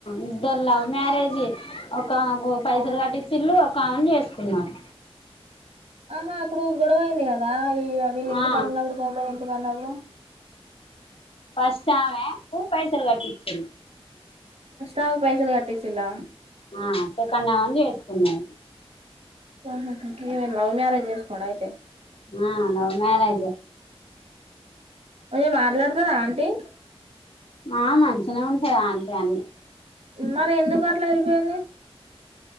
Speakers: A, on the left; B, on the right.
A: ఇద్దర్ లవ్ మ్యారేజి కమ్కు పైసలు
B: అవును
A: కట్టిచిన్లూ కౌంట్ చేసుకున్నాను
B: ఆహా అప్పుడు గొడవయింది కదా వీళ్ల వీళ్ళు ఇంటికాడ
A: ఆ
B: ఉన్నప్పుడు కోమటోళ్ళు ఇంటి <inaudible>
A: ఫస్ట్ ఆమె కు పైసలు కట్టిచిల్లు
B: ష్టామ పైసలు కటిచ్చలా
A: ఆ సెకండమెని చేసుకున్నా
B: ఆహా ఇమెని లైవ్ మ్యారజ్ చేస్కోండ అయితే
A: ఆ లవ్ మ్యారేజ్
B: ముంచ మాట్లాడతాద ఆంటీ
A: మా మంచిగా ఉంటాది అంటే అన్ని
B: మరి ఎందుకు అట్లా వెళ్ళిపోయింది